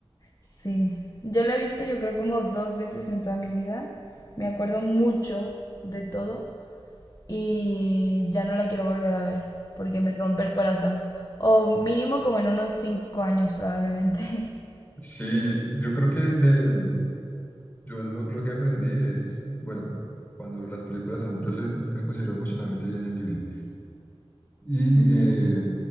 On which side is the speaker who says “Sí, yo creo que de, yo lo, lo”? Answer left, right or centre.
Left